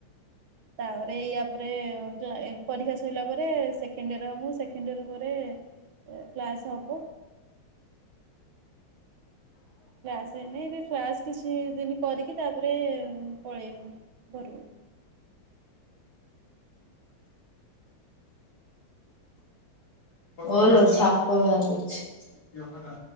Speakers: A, on the right (about 70°); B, on the left (about 50°).
A: ତାପରେ ୟା ପରେ <unintelligible> ଏ ପରୀକ୍ଷା ସରିଲା ପରେ ସେକେଣ୍ଡ ଇୟର୍ ହବ। ସେକେଣ୍ଡ ଇୟର୍ ପରେ ଏ କ୍ଲାସ୍ ହବ। କ୍ଲାସ୍ ହେଇନି ଏବେ। କ୍ଲାସ୍ କିଛି ଦିନି କରିକି ତାପରେ ପଳେଇବୁ ଘରୁକୁ। ହିଁ
B: ଓଲୋ ଛାପ ବାହାର କରୁଛି।